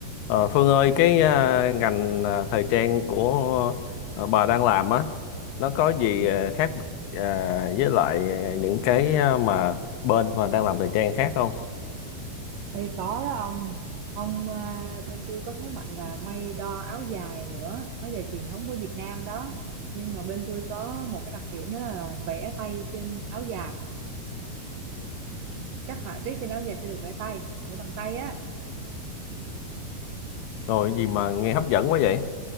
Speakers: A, on the left (about 85°); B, on the right (about 75°).
A: Ờ, Phương ơi, cái à, ngành à, thời trang của à, bà đang làm á, nó có gì
B: Ừ.
A: à, khác à, với lại à, những cái à, mà bên mà đang làm thời trang khác không?
B: Ê, có đó ông ông à, bên tôi có thế mạnh là may đo áo dài nữa áo dài truyền thống của Việt Nam đó nhưng mà bên tôi có một cái đặc điểm đó là vẽ tay trên áo dài các họa tiết trên áo dài sẽ được vẽ tay vẽ bằng tay á
A: Rồi cái gì mà nghe hấp dẫn quá vậy?